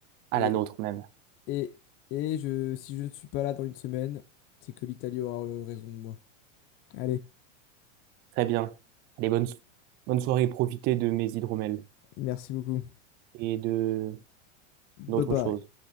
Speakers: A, on the right (about 25°); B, on the left (about 35°).
A: à
B: Et,
A: la nôtre même.
B: et, et je, si je ne suis pas là dans une semaine, c'est que l'Italie aura euh, raison de moi. Allez,
A: Très bien. Allez, bonne, so- bonne soirée, profitez de mes hydromels
B: merci beaucoup.
A: et de
B: Bye
A: d'autres
B: bye.
A: choses.